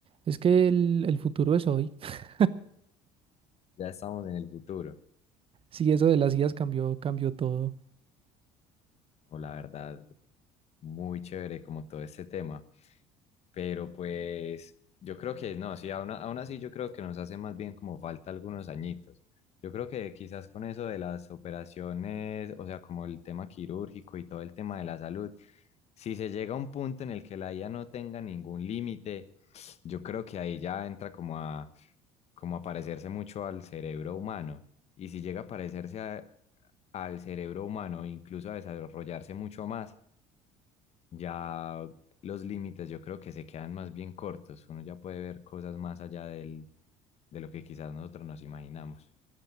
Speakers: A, on the right; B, on the left.
A: Es que el, el futuro es hoy. <laughs>
B: Ya estamos en el futuro.
A: Si eso de las IAs cambió, cambió todo.
B: No, la verdad, muy chévere como todo este tema. Pero pues yo creo que no, sí, aún, aún así yo creo que nos hace más bien como falta algunos añitos. Yo creo que quizás con eso de las operaciones, o sea, como el tema quirúrgico y todo el tema de la salud, si se llega a un punto en el que la IA no tenga ningún límite, yo creo que ahí ya entra como a, como a parecerse mucho al cerebro humano. Y si llega a parecerse a- al cerebro humano, incluso a desarrollarse mucho más, ya los límites yo creo que se quedan más bien cortos. Uno ya puede ver cosas más allá del, de lo que quizás nosotros nos imaginamos.